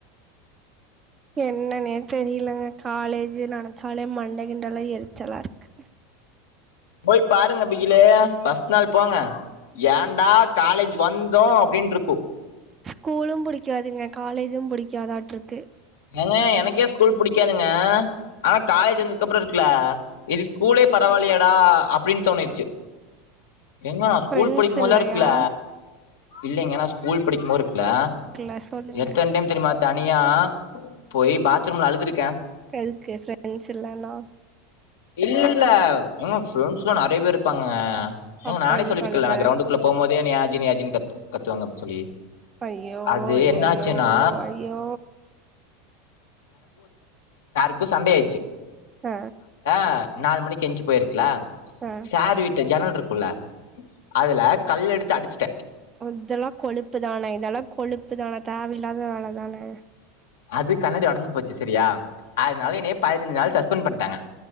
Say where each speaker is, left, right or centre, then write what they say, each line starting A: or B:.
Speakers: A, on the right; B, on the left.
A: என்னனே தெரியலங்க காலேஜ நினைச்சாலே மண்ட கிண்டலா எரிச்சலா இருக்கு
B: போய் பாருங்க பிகிலே பஸ்ட் நாள் போங்க ஏன்டா காலேஜ் வந்தோ அப்படின்ட்டு இருக்கு
A: ஸ்கூலும் பிடிக்காதுங்க காலேஜும் புடிக்காதாட்டருக்கு
B: ஏங்க எனக்கே ஸ்கூல் புடிக்காதுங்க ஆனா காலேஜ் வந்ததுக்கப்புறோ இருக்குல்ல இது ஸ்கூலே பரவாயிலயேடா அப்படின்னு தோணுச்சு ஏங்க ஸ்கூல்
A: ஃப்ரெண்ட்ஸ்
B: படிக்கும் போதல்லா
A: இல்லையா
B: இருக்கல்ல இல்லைங்க நா ஸ்கூல் படிக்கும்போது இருக்கு இல்ல
A: இல்ல சொல்லுங்க
B: எத்தன டைம் தெரியுமா ஜார்ஜ் னியா போய் பாத்ரூம்ல அழுதுருக்கு
A: எதுக்கு ஃபிரெண்ட்ஸ் இல்லனா
B: இல்லல்ல ங்க ஃப்ரெண்ட்ஸ்லா நெறைய பேர் இருப்பாங்க ஏங்க
A: அப்பற
B: நானே
A: எதுக்கு
B: சொல்லிருக்கன்ல
A: அழுக
B: நா கிரௌண்டுக்குள்ள போம்போதே என்னய ஜீ நீ வா ஜீனு கத் கத்துவாங்க அப்டினு சொல்லி
A: ஐயோ
B: அது
A: ஐயையோ
B: என்ன ஆச்சுன்னா
A: ஐயோ
B: க்கு சண்டயாயிடுச்சு
A: அ
B: ல நாலு மணிக்கு எஞ்சு போயிருக்கலா
A: ஆ
B: சார் வீட்டு ஜன்னல் இருக் குல்ல அதுல கல் எடுத்து அடிச்சிட்டே
A: இதெல்லா கொழுப்பு தானே இதெல்லா கொழுப்பு தானே தேவயில்லாத வேல தானே
B: அது கண்ணாடி ஒஉடஞ்சு போச்சு சரியா அதனால என்னய பதினஞ்சு நாள் சஸ்பெண்ட் பண்ணிட்டாங்க